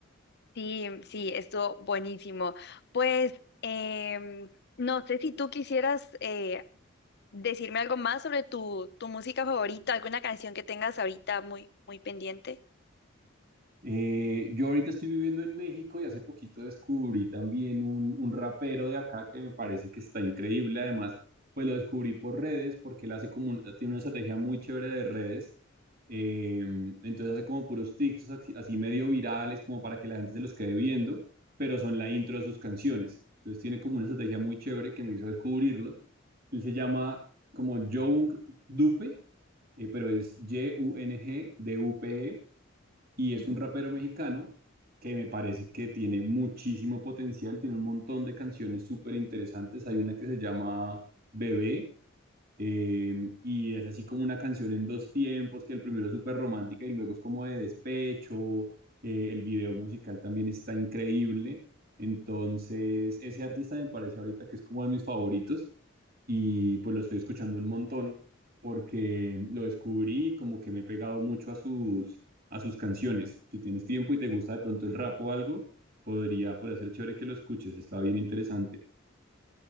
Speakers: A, on the left; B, on the right.
A: Sí, sí, estuvo buenísimo. Pues, em, no sé si tú quisieras eh, decirme algo más sobre tu, tu música favorita, alguna canción que tengas ahorita muy, muy pendiente.
B: Eh, yo ahorita estoy viviendo en México y hace poquito descubrí también un, un rapero de acá que me parece que está increíble. Además, pues lo descubrí por redes porque él hace como un- tiene una estrategia muy chévere de redes. Eh, entonces hace como puros TikToks así, así medio virales como para que la gente se los quede viendo, pero son la intro de sus canciones. Entonces tiene como una estrategia muy chévere que me hizo descubrirlos. Él se llama como Young Dupe, eh, pero es Y-U-N-G-D-U-P-E y
A: Ujú.
B: es un rapero mexicano que me parece que tiene muchísimo potencial, tiene un montón de canciones súper interesantes. Hay una que se llama Bebé eh, y es así como una canción en dos tiempos, que el primero es súper romántica y luego es como de despecho. Eh, el video musical también está increíble. Entonces, ese artista me parece ahorita que es como de mis favoritos y pues lo estoy escuchando un montón porque lo descubrí y como que me he pegado mucho a sus, a sus canciones. Si tienes tiempo y te gusta de pronto el rap o algo, podría, podría ser chévere que lo escuches, está bien interesante.